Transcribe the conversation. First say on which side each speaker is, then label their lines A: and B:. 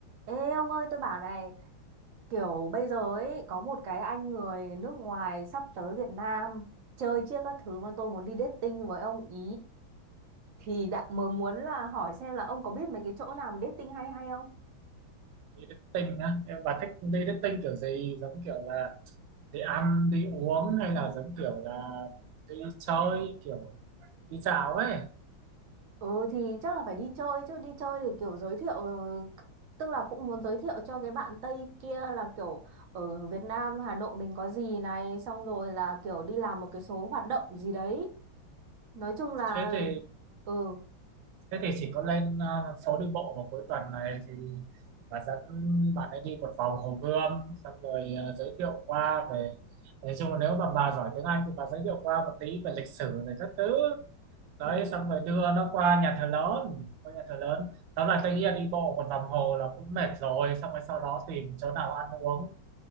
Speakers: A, on the right (about 60°); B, on the right (about 75°).
A: Ê ông ơi tôi bảo này kiểu bây giờ ấy có một cái anh người nước ngoài sắp tới Việt Nam chơi chiếc các thứ mà tôi muốn đi dating với ông ý thì đã mới muốn là hỏi xem là ông có biết mấy cái chỗ nào mà dating hay hay không?
B: đi dating á Em- bà thích đi dating kiểu gì giống kiểu là đi ăn đi uống hay là giống kiểu là đi chơi kiểu đi dạo ấy
A: Ừ thì chắc là phải đi chơi chứ đi chơi thì kiểu giới thiệu ừ, tức là cũng muốn giới thiệu cho cái bạn Tây kia là kiểu ở Việt Nam Hà Nội mình có gì này xong rồi là kiểu đi làm một cái số hoạt động gì đấy nói chung là
B: thế thì
A: ừ
B: thế thì chỉ có lên ờ, phố đi bộ vào cuối tuần này thì bà dẫn bạn ấy đi một vòng Hồ Gươm xong rồi ờ, giới thiệu qua về nói chung là nếu mà bà giỏi tiếng Anh thì bà giới thiệu qua một tí về lịch sử rồi các thứ đấy
A: ừ
B: xong rồi đưa nó qua nhà thờ lớn qua nhà thờ lớn tóm lại tôi nghĩ là đi bộ một vòng hồ là cũng mệt rồi xong rồi sau đó tìm chỗ nào ăn uống